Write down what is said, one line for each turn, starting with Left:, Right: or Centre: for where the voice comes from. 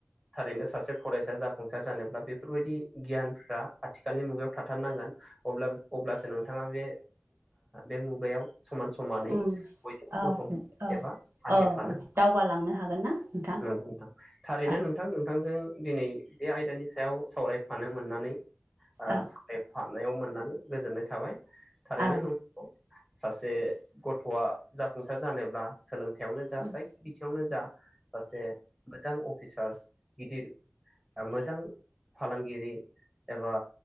Centre: थारैनो सासे फरायसाया जाफुंसार जानोब्ला बेफोरबायदि गियानफ्रा आथिखालनि मुगायाव थाथारनांगोन अब्लासो नोंथाङा बे बे मुगायाव समान समानै
Right: उम
Centre: बयजोंबो
Right: औ
Centre: गसं
Right: औ
Centre: एबा हान्थिफानो
Right: औ दावगालांनो हागोन ना नोंथां
Centre: नंगौ नोंथां थारैनो
Right: औ
Centre: नों नोंथां नोंथांजों दिनै बे आयदानि सायाव सावरायफानो मोननानै
Right: औ
Centre: सावरायफानो मोननानै गोजोननाय थाबाय थारैनो
Right: औ
Centre: नों सासे गथ'आ जाफुंसार जानोब्ला सोलोंथायावनो जा
Right: उम
Centre: जायखिजाया बिथिंवानो जा सासे मोजां अफिसार गिदिर मोजां फालांगिरि एबा